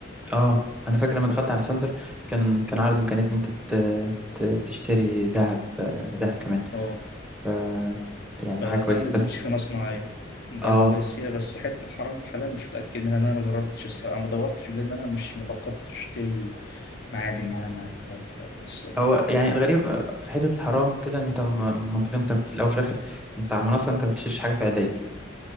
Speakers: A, in the centre; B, on the left (about 55°).
A: اه انا فاكر لما دخلت على ساندر كان كان عرض امكانيه ان انت ت... ت... تشتري ذهب آه، ذهب كمان
B: اه
A: ف يعني
B: فده
A: حاجه كويسه
B: ما
A: بس
B: يكونش في مصنعية ده
A: اه
B: الكويس فيها بس حتة حرام وحلال مش متأكد منها إن أنا ما جربتش الصراحة ما دورتش لأن أنا مش مفكرتش أشتري معادن يعني على ال- من الصغر
A: هو يعني الغريب آه، في حته الحرام كده انت م- منطقيا انت في الاول وفي الاخر انت على المنصه انت ما بتشتريش حاجه فعليه